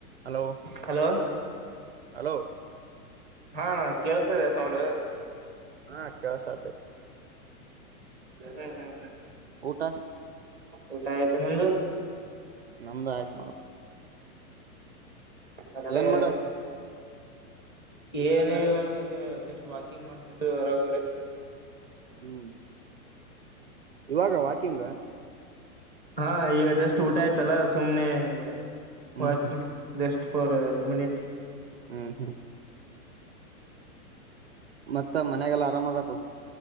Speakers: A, on the right; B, in the centre.
A: Hello
B: hello
A: hello
B: ಹಾ ನ ಕೇಳಸದೆ ಸೌಂಡ್
A: ಹಾ ಕೆಲಸ ಆಯ್ತು
B: ಹ್ಮ್ ಹ್ಮ್ ಹ್ಮ್
A: ಕುತ್ತ
B: ಊಟ ಐತಿ ನಿಮ್ದು
A: ನಮಂದ ಆಯ್ತ್ ನೋಡಕ್
B: ಮತ್ತೆ
A: ಏನ್ ಮಾಡತ
B: ಏನೇ ಇಲ್ಲಣ ಇಲ್ಲಿ ಜಸ್ಟ್ ವಾಕಿಂಗ್ ಮಾಡ್ತಿದ್ದು ಹೊರಗಡೆ
A: ಹ್ಮ್ ಇವಾಗ ವಾಕಿಂಗ್
B: ಹಾ ಈಗ ಜಸ್ಟ್ ಊಟ ಆಯ್ತಲ್ಲ ಸುಮ್ನೆ ಹಂಗ
A: ಹ್ಮ್
B: ವಾಕಿಂಗ್
A: ಹ್ಮ್
B: ಜಸ್ಟ್ ಫಾರ್ ಮಿನಿಟ್
A: ಹ್ಮ್ ಹ್ಮ್ ಮತ್ತ ಮನ್ಯಾಗಲ್ಲ ಆರಾಮ್ದಾರು